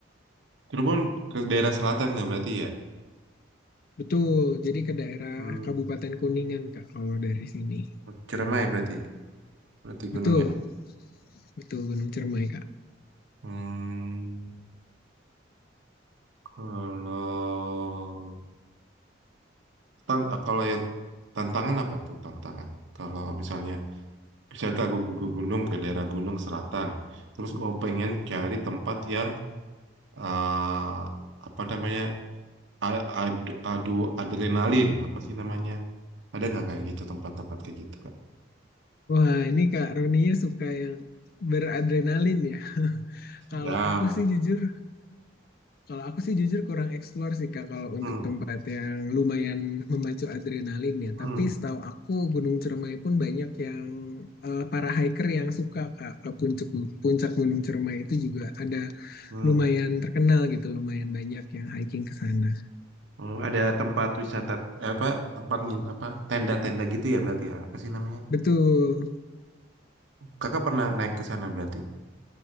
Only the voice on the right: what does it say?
Cirebon ke daerah selatan ya berarti ya?
Hmm.
Ciremai berarti. Berarti
gunungnya.
Hmm, kalau tan ah, kalau ya tantangan apa tuh tantangan? Kalau misalnya misalnya aku ke gunung ke daerah gunung selatan, terus oh pengen cari tempat yang ah, apa namanya a- ad, adu adrenalin apa sih namanya? Ada nggak kayak gitu tempat-tempat kayak gitu kan?
Ya,
hmm,
hmm,
hmm.
Hmm, ada tempat wisata eh, apa tempat ngin- apa tenda-tenda gitu ya berarti ya apa sih namanya?
Kakak pernah naik ke sana berarti?